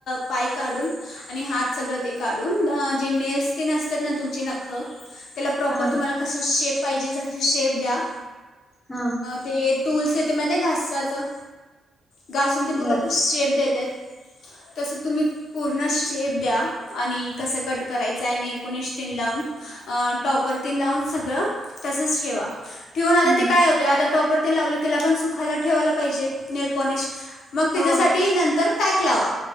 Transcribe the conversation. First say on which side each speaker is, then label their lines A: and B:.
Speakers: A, on the left; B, on the left.
A: पाय काढून आणि हात सगळं ते का काढून जे नेल्स तेन असतात ना तुमचे नख त्याला प्रॉपर
B: हा
A: तुम्हाला कस शेप पाहिजे तस शेप द्या
B: हा
A: ते टूल्स येते मग ते घासाचं घासून ते पुरपूर
B: बर
A: शेप देत्यात. तस तुम्ही पूर्ण शेप द्या आणि कस कट करायचं <unintelligible> नेणपॉलिश लावून अ टॉप्पर तिन सगळं तस ठेवा ठेऊन
B: हम्म
A: आल्यावर ते काय होतय आता टॉप टॉप्पर लावलेलं तिला पण सुखायला ठेवायला पाहिजे ठेवा पाजे नेलपॉलिश मग तेज्यासाठी
B: हो
A: नंतर पॅक लावा